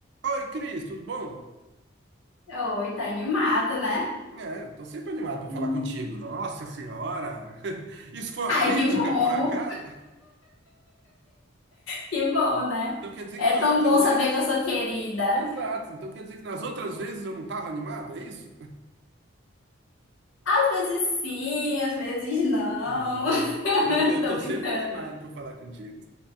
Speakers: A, on the right; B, on the left.
A: Oi, Cris, tudo bom?
B: Oi, tá animada, né?
A: É, eu tô sempre animado para falar
B: Uhum.
A: contigo. Nossa Senhora! <laughs> Isso foi uma
B: Ai,
A: crítica,
B: que bom,
A: por acaso?
B: que bom, né?
A: Então quer dizer
B: É
A: que nas
B: tão
A: outras
B: bom
A: vezes.
B: saber que eu sou querida.
A: Exato, então quer dizer que nas outras vezes eu não estava animado, é isso?
B: Às vezes sim, às vezes não.
A: Não,
B: <laughs>
A: eu, eu, eu
B: Tô
A: tô
B: brincando.
A: sempre animado para falar contigo.